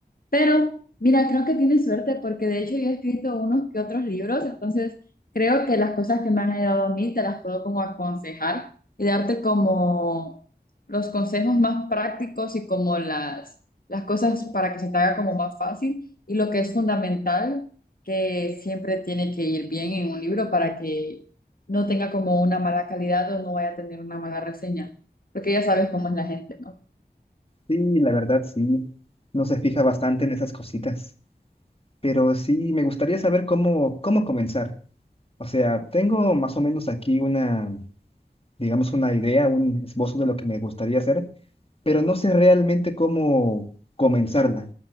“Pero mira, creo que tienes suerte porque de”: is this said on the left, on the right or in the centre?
Left